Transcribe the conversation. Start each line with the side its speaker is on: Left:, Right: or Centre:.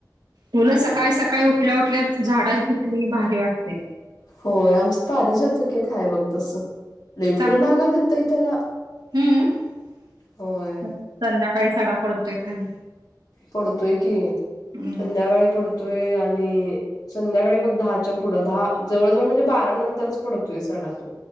Right: मुलं सकाळी सकाळी उठल्या उठल्या झाडाची तिकली भारी वाटते
Left: होय आमच पारी जातकय खाय बघ तसं लई
Right: चांगलं
Left: फुलं लागालत त त्याला
Right: हम्म
Left: होय
Right: संध्याकाळी सडा पडतोय खाली
Left: पडतोय की
Right: हम्म
Left: संध्याकाळी पडतोय आणि संध्याकाळी बघ दहाच्या पुढं दहा जवळजवळ म्हणजे बारा नंतरच पडतोय सडा तो